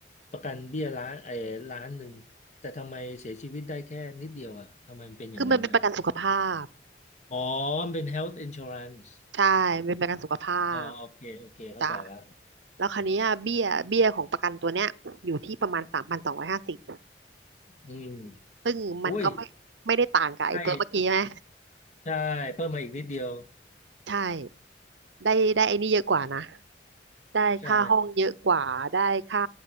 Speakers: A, on the left; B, on the right.
A: ประกันเบี้ยล้านไอ้ล้านหนึ่งแต่ทำไมเสียชีวิตได้แค่นิดเดียวอ่ะทำไมมันเป็นอย่างนั้นอ่ะ
B: คือมันเป็นประกันสุขภาพ
A: อ๋อมันเป็น health insurance
B: ใช่มันเป็นประกันสุขภาพ
A: อ๋อโอเคโอเคเข้าใจละ
B: จ้ะแล้วคราวเนี้ยเบี้ยเบี้ยของประกันตัวเนี้ยอยู่ที่ประมาณสามพันสองร้อยห้าสิบ
A: อืม
B: ซึ่งมันก็ไม่ไม่ได้ต่างกับไอ้ตัวเมื่อกี้ใช่ไหม
A: อุ้ยใกล้ใช่เพิ่มมาอีกนิดเดียว
B: ใช่ได้ได้ไอ้นี่เยอะกว่านะ ได้ค่าห้องเยอะกว่าได้ค่า
A: ใช่